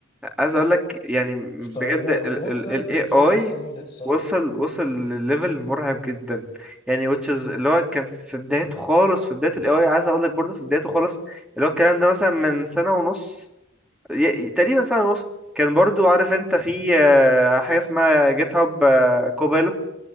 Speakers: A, in the centre; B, on the left (about 25°).
A: عايز اقول لك يعني
B: فواو
A: بجد ال
B: كوك
A: ال
B: ده
A: ال
B: بالنسبه
A: AI
B: لي احسن موديل الصراحه
A: وصل وصل لليفل مرعب جدا يعني which is اللي هو كان في بدايته خالص في بداية ال AI عايز اقول لك برضه في بدايته خالص اللي هو الكلام ده مثلا من سنة ونص ي- تقريبا سنة ونص كان برضه عارف انت في آه، حاجة اسمها جيت هاب كوبايلوت